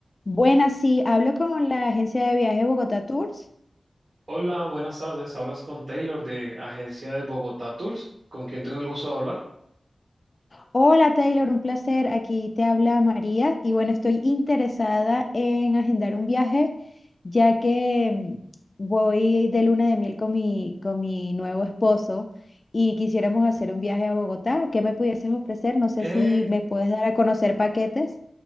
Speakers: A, on the left; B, on the right.
A: Buenas, sí, hablo con la agencia de viaje Bogotá Tours.
B: Hola, buenas tardes. Hablas con Taylor de Agencia de Bogotá Tours, con quien tengo el gusto de hablar.
A: Hola Taylor, un placer. Aquí te habla María y bueno, estoy interesada en agendar un viaje ya que mm, voy de luna de miel con mi, con mi nuevo esposo y quisiéramos hacer un viaje a Bogotá. ¿Qué me pudieses ofrecer? No sé
B: Hey,
A: si me puedes dar a conocer paquetes.